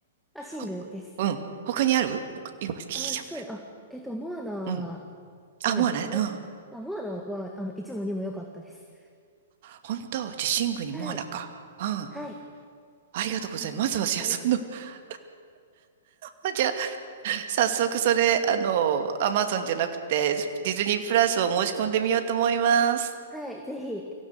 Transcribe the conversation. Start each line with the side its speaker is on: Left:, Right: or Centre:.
Centre: あ、シングです。
Right: ほ、うん。他にある他今、聞いちゃ
Centre: あ、そうだ。あ、えっと、モアナ、
Right: う。うん。あ、
Centre: なんだっけ、
Right: モアナね。
Centre: モ、
Right: うん。あ、
Centre: あ、モアナは、あの、1も2も良かったです。
Right: 本当じゃあ、シングにモアナか。
Centre: はい。
Right: うん。
Centre: はい。
Right: ありがとうございます。
Centre: おすすめです。
Right: まずは、じゃあ、その、<laughs> あじゃあ早速それ、あの、アマゾンじゃなくて、ディズニープラスを申し込んでみようと思います。
Centre: はい。ぜひ。